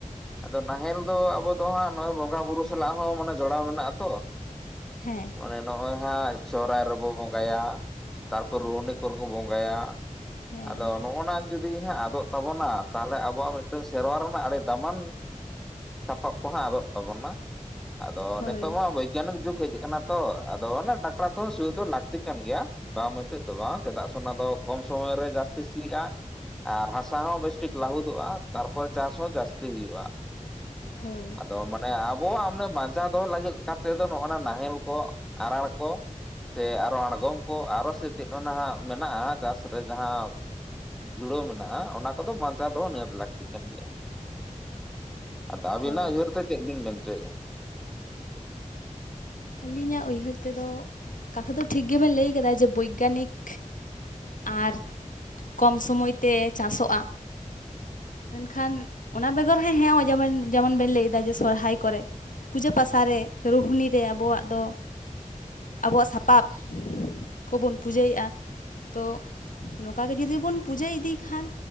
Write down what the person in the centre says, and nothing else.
ᱟᱫᱚ ᱱᱟᱦᱮᱞ ᱫᱚ ᱟᱵᱚ ᱫᱚ ᱦᱟᱸᱜ ᱱᱚᱜ-ᱚᱭ ᱵᱚᱸᱜᱟ ᱵᱩᱨᱩ ᱥᱟᱞᱟᱜ ᱦᱚᱸ ᱢᱟᱱᱮ ᱡᱚᱲᱟᱣ ᱢᱮᱱᱟᱜ-ᱟ ᱛᱚ,
ᱢᱟᱱᱮ ᱱᱚᱜ-ᱚᱭ ᱦᱟᱸᱜ ᱥᱚᱦᱚᱨᱟᱭ ᱨᱮᱵᱚ ᱵᱚᱸᱜᱟᱭᱟ ᱛᱟᱨᱯᱚᱨ ᱨᱩᱦᱱᱤ ᱠᱚᱨᱮ ᱠᱚ ᱵᱚᱸᱜᱟᱭᱟ,
ᱟᱫᱚ ᱱᱚᱜᱼᱚ ᱱᱟ ᱡᱩᱫᱤ ᱦᱟᱸᱜ ᱟᱫᱚᱜ ᱛᱟᱵᱚᱱᱟ ᱛᱟᱦᱚᱞᱮ ᱟᱵᱚᱣᱟᱜ ᱢᱤᱫᱴᱟᱝ ᱥᱮᱨᱣᱟ ᱨᱮᱱᱟᱜ ᱟᱰᱤ ᱫᱟᱢᱟᱱ ᱥᱟᱯᱟᱵ ᱠᱚᱦᱚᱸ ᱟᱫᱚᱜ ᱛᱟᱵᱚᱱᱟ, ᱟᱫᱚ
ᱱᱤᱛᱳᱜ ᱢᱟ ᱵᱳᱭᱜᱟᱱᱤᱠ ᱡᱩᱜᱽ ᱦᱮᱡ ᱠᱟᱱᱟ ᱛᱚ ᱟᱫᱚ ᱚᱱᱟ ᱴᱟᱠᱴᱟᱨ ᱛᱮᱦᱚᱸ ᱥᱤᱭᱳᱜ ᱫᱚ ᱞᱟᱠᱛᱤ ᱠᱟᱱ ᱜᱮᱭᱟ, ᱵᱟᱝ ᱮᱛᱮᱫ ᱫᱚ ᱵᱟᱝ ᱪᱮᱫᱟᱜ ᱥᱮ ᱚᱱᱟ ᱫᱚ ᱠᱚᱢ ᱥᱚᱢᱚᱭ ᱨᱮ ᱡᱟᱹᱥᱛᱤ ᱥᱤᱜᱼᱟ, ᱟᱨ ᱦᱟᱥᱟ ᱦᱚᱸ ᱵᱮᱥᱴᱷᱤᱠ ᱞᱟᱦᱩᱫᱚᱜᱼᱟ ᱛᱟᱨᱯᱚᱨ ᱪᱟᱥ ᱦᱚᱸ ᱡᱟᱹᱥᱛᱤ ᱦᱩᱭᱩᱜᱼᱟ᱾
ᱛᱚ ᱢᱟᱱᱮ ᱟᱵᱚᱣᱟᱜ ᱢᱟᱱᱮ ᱵᱟᱧᱪᱟᱣ ᱫᱚᱦᱚ ᱞᱟᱹᱜᱤᱫ ᱠᱟᱛᱮ ᱫᱚ ᱱᱚᱜᱼᱚ ᱱᱟ ᱱᱟᱦᱮᱞ ᱠᱚ, ᱟᱲᱟᱨ ᱠᱚ, ᱥᱮ ᱟᱨᱚ ᱟᱬᱜᱚᱢ ᱠᱚ ᱟᱨᱚ ᱥᱮ ᱪᱮᱫ ᱚᱱᱟ ᱦᱟᱸᱜ ᱢᱮᱱᱟᱜᱼᱟ ᱪᱟᱥ ᱨᱮ ᱡᱟᱦᱟᱸ ᱡᱩᱲᱟᱹᱣ ᱢᱮᱱᱟᱜᱼᱟ ᱚᱱᱟ ᱠᱚᱫᱚ ᱵᱟᱧᱪᱟᱣ ᱫᱚᱦ ᱱᱤᱦᱟᱹᱛ ᱞᱟᱹᱠᱛᱤ ᱠᱟᱱ ᱜᱮᱭᱟ᱾ ᱟᱫᱚ ᱟᱹᱵᱤᱱᱟᱜ
ᱩᱭᱦᱟᱹᱨ ᱛᱮ ᱪᱮᱫ ᱵᱤᱱ ᱢᱮᱱ ᱦᱚᱪᱚᱭᱮᱫᱼᱟ?